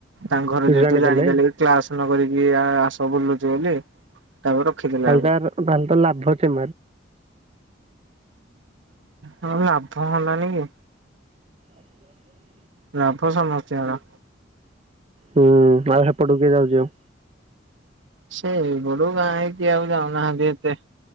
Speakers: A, on the right; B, on the right.
A: ତାଙ୍କ ଘର ଯେହେତୁ
B: ଜାଣିଦେଲେ
A: ଜାଣିପାରିଲ କି କ୍ଲାସ ନ କରିକି ଆସ ବୁଲୁଛି ବୋଲି ତାକୁ ରଖିଦେଲେ
B: ତାହେଲେ
A: ଆକୁ
B: ତ ତାହେଲେ ତ ଲାଭ ଅଛି
A: ହଁ ଲାଭ ହେଲାନି କି
B: ହ
A: ଲାଭ ସମସ୍ତି ଙ୍କର
B: ହୁଁ ଆଉ ସେପଟକୁ କି ଯାଉଛି ଆଉ
A: ସେଇ ବଡୁ ଗାଁ ହେଇକି ଆଉ ଯାଉନାହାନ୍ତି ଏତେ